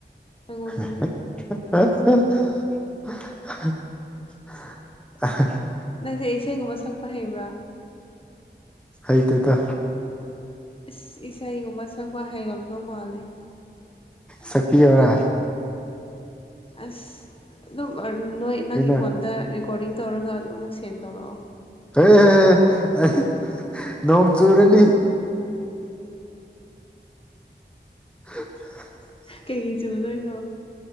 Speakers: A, on the left; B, in the centre.
A: ꯑꯩꯉꯣꯟꯗꯗꯤ
B: <inaudible> ꯑ <unintelligible>
A: ꯅꯪꯗꯤ ꯏꯁꯩꯒꯨꯝꯕ ꯁꯛꯄ ꯍꯩꯕ꯭ꯔꯥ
B: ꯍꯩꯇ‌ꯦꯗ
A: ꯏꯁ ꯏꯁꯩꯒꯨꯝꯕ ꯁꯛꯄ ꯍꯩꯔꯝꯗꯧ ꯃꯥꯜꯂꯦ
B: ꯁꯛꯄꯤꯌꯨꯔ
A: ꯑꯁ ꯑꯗꯨꯝ ꯅꯣꯏ ꯅꯪꯒꯤ
B: ꯑꯩꯅ
A: ꯐꯣꯟꯗ ꯔꯦꯀꯣꯔꯗꯤꯡ ꯇꯧꯔꯒ ꯑꯗꯨꯝ ꯑꯃꯨꯛ ꯁꯦꯟ ꯇꯧꯔꯛꯑꯣ
B: ꯍ <unintelligible> ꯅꯣꯡ ꯆꯨꯔꯅꯤ <unintelligible>
A: ꯀꯩꯒꯤ ꯆꯨꯗꯣꯏꯅꯣ